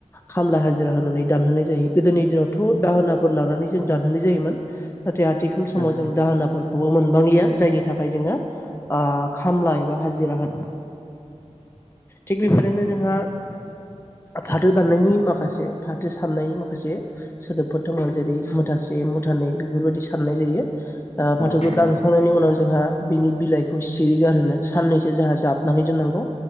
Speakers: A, on the left (about 20°); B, on the left (about 65°).
A: खामला हाजि- रा होनानै दानहोनाय जायो गोदोनि दिनावथ' दाहोनाफोर लानानै जों दानहोनाय जायोमोन। नाथाय आथिखाल समाव
B: औ नंगौ
A: जों दाहोनाफोरखौबो मोनबांलिया जायनि थाखाय जोङो। खामला एबा हाजिरा हो थिग बेफोरनो जोंहा फाथो दाननायनि माखासे फाथो साननायनि माखासे सोदोबफोर दङ जेरै मुथा मुथानै बेफोरबायदि साननाय जायो फाथोखौ
B: नोंथां
A: दानखांनायनि उनाव जोंहा बिनि बिलाइखौ सिरि गारो साननैसो जोंहा जाबनानै दोननांगौ।